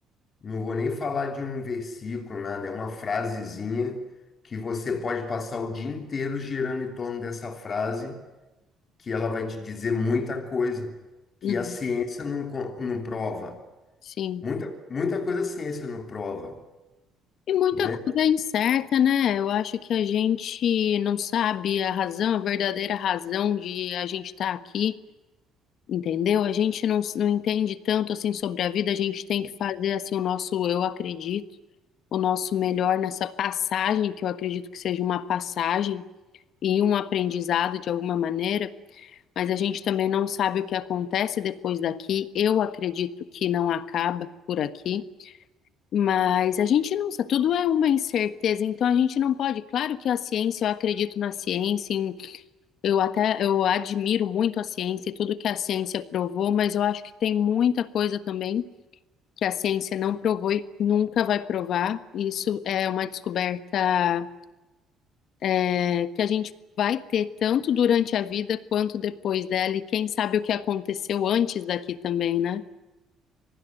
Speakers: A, on the left; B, on the left.
A: não vou nem falar de um versículo, nada, é uma frasezinha que você pode passar o dia inteiro girando em torno dessa frase que ela vai te dizer muita coisa que
B: uhum,
A: a ciência não, co- não prova.
B: sim.
A: Muita, muita coisa a ciência não prova,
B: E muita
A: né?
B: coisa é incerta, né? Eu acho que a gente não sabe a razão, a verdadeira razão de a gente estar aqui. Entendeu? A gente não, não entende tanto assim sobre a vida, a gente tem que fazer assim o nosso eu acredito, o nosso melhor nessa passagem, que eu acredito que seja uma passagem e um aprendizado de alguma maneira, mas a gente também não sabe o que acontece depois daqui. Eu acredito que não acaba por aqui, mas a gente não sabe, tudo é uma incerteza, então a gente não pode, claro que a ciência, eu acredito na ciência, eu até eu admiro muito a ciência e tudo que a ciência provou, mas eu acho que tem muita coisa também que a ciência não provou e nunca vai provar. Isso é uma descoberta é, que a gente vai ter tanto durante a vida quanto depois dela, e quem sabe o que aconteceu antes daqui também, né?